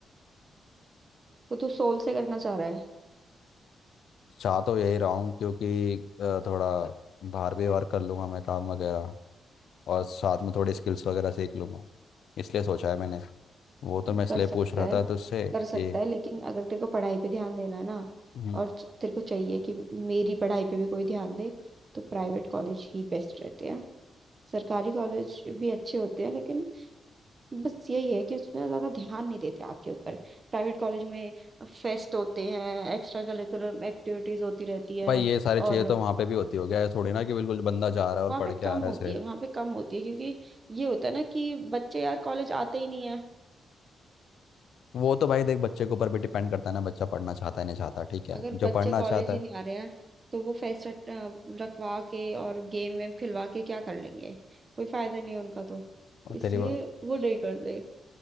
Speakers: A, on the right; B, on the left.
A: तो तू सोल से करना चाह रहा है
B: चाह तो यही रहा हूँ क्योंकि अ, थोड़ा बाहर भी वर्क कर लूँगा मैं काम वगैरह और साथ में थोड़ी स्किल्स वगैरह सीख लूँगा इसलिए सोचा है मैंने वो तो
A: तो
B: मैं इसलिए
A: कर सकता
B: पूछ रहा
A: है
B: था तुझसे
A: कर सकता
B: कि
A: है लेकिन अगर तेरे को पढ़ाई पे ध्यान देना है ना
B: हम्म
A: और च- तेरे को चाहिए कि मेरी पढ़ाई पे भी कोई ध्यान दे तो प्राइवेट कॉलेज ही बेस्ट रहते हैं सरकारी कॉलेज भी अच्छे होते हैं लेकिन बस यही है कि उसमें ज्यादा ध्यान नहीं देते आपके ऊपर प्राइवेट कॉलेज में फेस्ट होते हैं एक्स्ट्रा करिकुलर एक्टिविटीज होती रहती है
B: भाई ये सारी
A: और
B: चीज़ें तो वहाँ पे भी होती हो गया है थोड़ी ना कि बिल्कुल बंदा जा रहा है और
A: वहाँ
B: पढ़
A: पे
B: के
A: कम
B: आ रहा है
A: होती
B: सिर्फ
A: है वहाँ पे कम होती है क्योंकि ये होता है ना कि बच्चे यार कॉलेज आते ही नहीं है
B: वो तो भाई देख बच्चे के ऊपर भी डिपेंड करता है ना बच्चा पढ़ना चाहता है नहीं चाहता ठीक है
A: अगर
B: जो
A: बच्चे
B: पढ़ना
A: कॉलेज
B: चाहता
A: ही
B: है
A: नहीं आ रहे हैं तो वो फेस्ट रट- अ, रखवा के और गेम वेम खिलवा के क्या कर लेंगे कोई फायदा नहीं है उनका तो
B: और
A: इसलिए
B: तेरी
A: वो नहीं करते